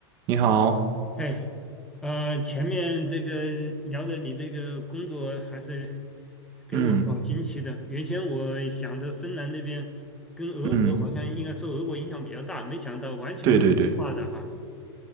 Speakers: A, on the right; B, in the centre.
A: 你好，
B: 哎，呃，前面这个聊的你这个工作还是给我好惊奇的。
A: 嗯
B: 原先我想着芬兰那边跟俄国好像应该受俄国影响比较大，
A: 嗯，
B: 没想到完全是西化的哈。
A: 对对对